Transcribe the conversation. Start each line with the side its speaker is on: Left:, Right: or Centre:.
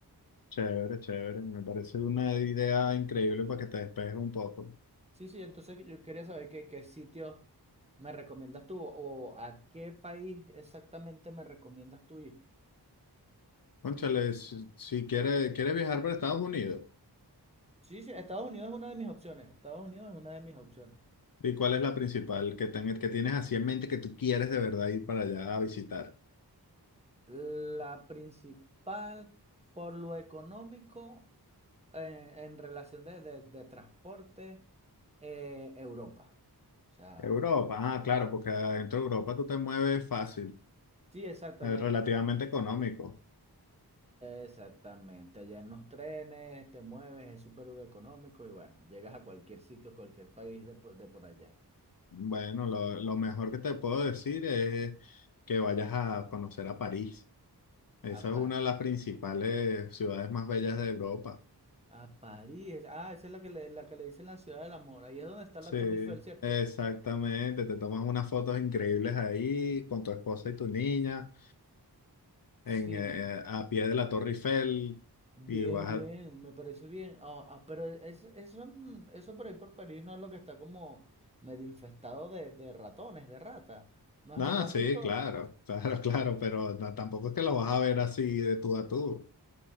Left: chévere, chévere. Me parece una idea increíble para que te despejes un poco.
Right: Sí, sí, entonces yo quería saber qué, qué sitio me recomiendas tú o a qué país exactamente me recomiendas tú ir.
Left: Cónchale, si, si quieres, quieres viajar para Estados Unidos,
Right: Sí, sí, Estados Unidos es una de mis opciones. Estados Unidos es una de mis opciones.
Left: ¿y cuál es la principal que, ten- que tienes así en mente que tú quieres de verdad ir para allá a visitar?
Right: La principal, por lo económico, eh, en relación de, de- de transporte, eh, Europa. O sea,
Left: Europa, ah,
Right: Sí.
Left: claro, porque adentro de Europa tú te mueves fácil,
Right: sí, exacto,
Left: eh,
Right: allá
Left: relativamente económico.
Right: Exactamente, allá en los trenes te mueves, es súper económico y bueno, llegas a cualquier sitio, cualquier país de por, de por allá.
Left: Bueno, lo, lo mejor que te puedo decir es que vayas a conocer a París. Esa
Right: A,
Left: es
Right: Pa-
Left: una de las principales ciudades más bellas de Europa.
Right: a París, ah, esa es la que, le, la que le dicen la ciudad del amor, ahí es donde está la
Left: Sí,
Right: Torre Eiffel, ¿cierto?
Left: exactamente. Te tomas unas fotos increíbles ahí con tu esposa y tu niña
Right: Sí,
Left: en, eh, a pie de la Torre Eiffel
Right: bien,
Left: y vas
Right: bien,
Left: a...
Right: me parece bien. Ah, ah, pero es- eso, n- eso por ahí por París no es lo que está como medio infestado de, de ratones, de ratas. ¿No has,
Left: No,
Right: no has
Left: sí,
Right: visto?
Left: claro, <laughs> claro, claro, pero no, tampoco es que lo vas a ver así de tú a tú.